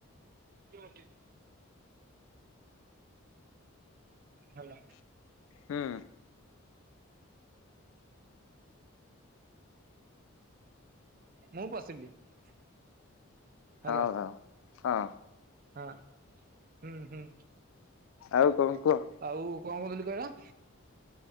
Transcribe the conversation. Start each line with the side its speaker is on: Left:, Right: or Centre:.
Right: ହଁଠ <inaudible> ଭଲ।
Left: ହୁଁ।
Right: ମୁଁ ପଶିଲି ବି ହେଲା।
Left: ହଉ ହଉ ହଁ
Right: ହଁ ହୁଁ ହୁଁ।
Left: ଆଉ କଣ କୁହ।
Right: ଆଉ କଣ କହୁଥିଲି କହିଲ?